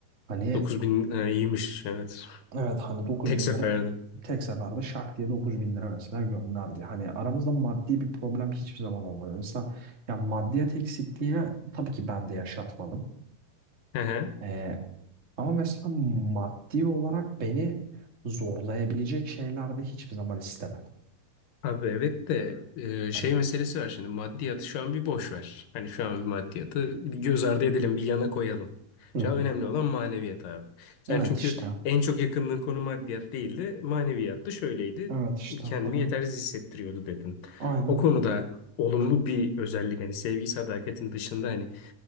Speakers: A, on the right; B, on the left.
A: Hani
B: 9000 ha, iyiymiş evet.
A: Evet hani 9
B: Tek
A: bin
B: seferde.
A: lira tek seferde şak diye 9 bin lira mesela gönderdi. Hani aramızda maddi bir problem hiçbir zaman olmadı. Mesela ya maddiyat eksikliğine tabii ki ben de yaşatmadım.
B: Hı hı.
A: Ee, ama mesela maddi olarak beni zorlayabilecek şeyler de hiçbir zaman istemedi.
B: Abi evet de e, şey
A: Hani,
B: meselesi var şimdi maddiyatı şu an bir boş ver. Hani şu an bir maddiyatı bir göz ardı edelim bir yana koyalım.
A: Hı
B: Şu an
A: hı.
B: önemli olan maneviyat abi. Sen
A: Evet
B: çünkü
A: işte.
B: en çok yakındığın konu maddiyat değildi. Maneviyattı şöyleydi.
A: Evet işte.
B: Kendimi
A: Hani,
B: yetersiz hissettiriyordu dedin.
A: aynen.
B: O konuda olumlu bir özellik hani sevgi sadakatin dışında hani